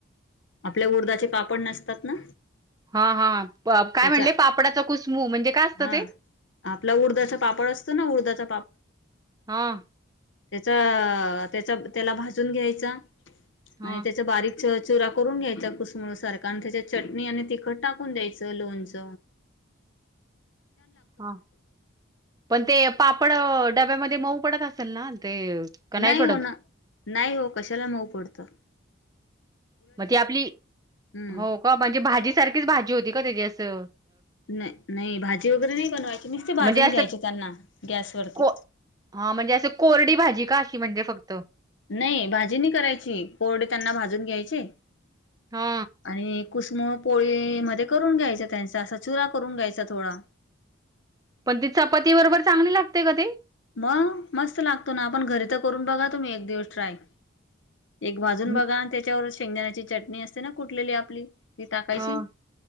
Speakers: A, on the left; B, on the right.
A: आपल्या उडधाचे पापड नसतात ना
B: हा- हा काय
A: त्याचा
B: म्हणले पापडाच कुसमू म्हणजे काय असतं
A: हा.
B: ते?
A: आपला उडदाचा पापड असतो ना उडदाचा
B: <inaudible> हा
A: तेच-तेच त्याला भाजून घ्यायच आणि
B: हां.
A: त्याच बारीक च. चुरा करून घ्यायचा कुसमुळ सारखा आणि त्याच्या चटणी आणि तिखट टाकून द्यायचं लोणच
B: हा <inaudible> पण ते पापड अ डब्यामध्ये ते मऊ पडत असेल ना? ते का
A: नाही
B: पडत
A: हो ना -नाही हो कशाला मऊ पडत
B: मग ती आपली
A: हम्म
B: हो -का म्हणजे भाजी सारखीच भाजी होती का ते अस <inaudible>
A: नाही नाही भाजी वगैरे नाही बनवायची नुसते भाजून
B: म्हणजे असं
A: घ्यायचे त्यांना गॅसवरती
B: <inaudible> हा म्हणजे अस को - कोरडी भाजी का? की म्हणजे फक्त
A: नाही भाजी नाही करायची कोरडे त्यांना भाजून घ्यायचे <inaudible>
B: हा
A: आणि कुसमूळ पोळी मध्ये करून घ्यायच त्यांचा असा चुरा करून घ्यायचा थोडा
B: पण ती चपती बरोबर चांगली लागते का ती
A: मग मस्त लागतो ना आपण घरी तर करून बघा तुम्ही एक दिवस ट्राय एक भाजून
B: हं.
A: बघा त्याच्यावर शेंगणाची चटणी असते ना कुठलेली आपली ते टाकायची
B: हा